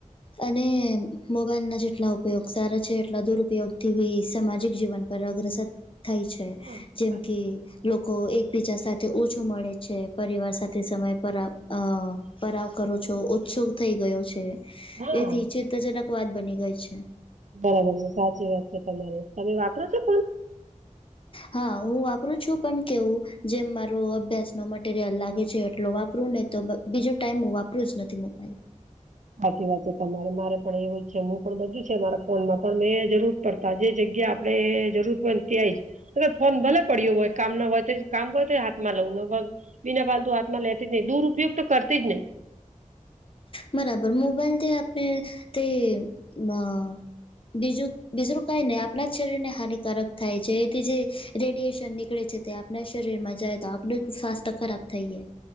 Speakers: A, on the left (about 40°); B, on the right (about 65°).
A: અને મોબાઈલના જેટલા ઉપયોગ સારા છે એટલા દુરુપયોગથી બી સામાજિક જીવન પર અગ્રસર થાઈ છે
B: હા
A: જેમ
B: સાચી
A: કે લોકો એકબીજા સાથે ઓછું મળે છે પરિવાર સાથે સમય પરા અ પરાવ કરો છો ઓછું થઈ ગયો છે
B: વાત
A: એથી
B: હા
A: ચિંતાજનક વાત બની ગઈ છે.
B: બરાબર છે સાચી વાત છે તમારી તમે વાપરો છો ફોન?
A: હા હું વાપરું છું પણ કેવું જેમ મારો અભ્યાસ ન મટીરિયલ લાગે છે એટલો વાપરું ને તો બીજો ટાઈમ હું વાપરું જ નથી મોબાઈલ.
B: સાચી વાત તમારે મારે પણ એવું જ છે હું પણ બધું છે મારા ફોનમાં પણ મેં જરૂર પડતા જે જગ્યા આપડે જરૂર હોય ત્યાં જ મતલબ ફોન ભલે પડ્યો હોય કામ ના હોય તો કામ હોય તો હાથમાં લવું બીના ફાલતુ હાથમાં લેતી જ નહીં દુર ઉપયોગ તો કરતી જ નહીં.
A: બરાબર મોબાઈલ તે આપણે તે અ બીજું બીજું કઈ નઈ આપણા જ શરીર ને હાનિકારક થાય છે એથી જે રેડિએશન નીકળે છે ત્યા. આપના શરીરમાં જાય તો આપનું સ્વાસ્થ્ય ખરાબ થઈ ગયા.